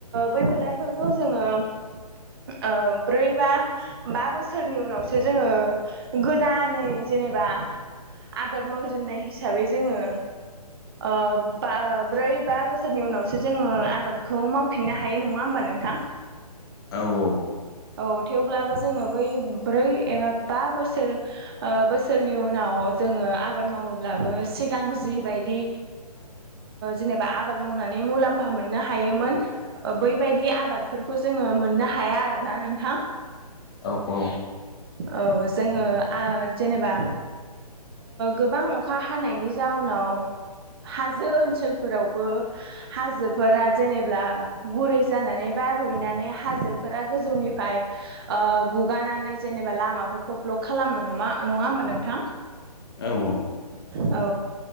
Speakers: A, on the right; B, on the left.
A: बै फोथारफोरखौ जोङो ओ ब्रै बा बा बोसोरनि उनावसो जोङो गोदानै जेनेबा आबाद मावजेननाय हिसाबै जोङो ओ बा ब्रै बा बसोरनि उनावसो जोङो आबादखौ मावफिननो हायो नङा होमबा नोंथां।
B: औ औ।
A: औ थेवब्लाबो जोङो बै ब्रै एबा बा बोसोर ओ बोसोरनि उनाव जोङो आबाद मावोब्लाबो सिगां जिबायदि जेनेबा आबाद मावनानै मुलाम्फा मोननो हायोमोन बैबायदि आबादफोरखौ जोङो मोननो हाया आरोना नोंथाङा। ‌ <inaudible>
B: औ औ।
A: औ जोङो जेनेबा गोबां अखा । हानायनि जाउनाव हाजो ओनसोलफोरावबो हाजोफोरा जेनेबा गुरै जानानै बारहैनानै हाजोफोरा गोजौनि निफ्राय गुगानानै जेनेबा लामाफोरखौ ब्लक खालामो ना नङा होमबा नोंथां।
B: औ औ
A: औ